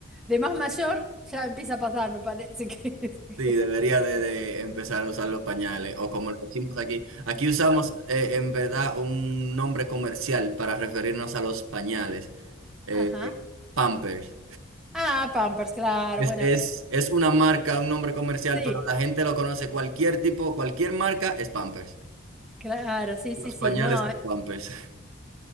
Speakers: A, in the centre; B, on the right.
A: de más mayor ya empieza a pasar, me parece que... <laughs>
B: Sí, debería de, de empezar a usar los pañales, o como lo decimos aquí. Aquí usamos eh, en verdad un nombre comercial para referirnos a los pañales, eh,
A: Ajá.
B: Pampers.
A: Ah, Pampers, claro,
B: Es,
A: bueno,
B: es,
A: que-
B: es una marca, un nombre comercial,
A: sí,
B: pero la gente lo conoce. Cualquier tipo, cualquier marca es Pampers.
A: claro, sí,
B: Los
A: sí, sí,
B: pañales
A: no.
B: son Pampers. <laughs>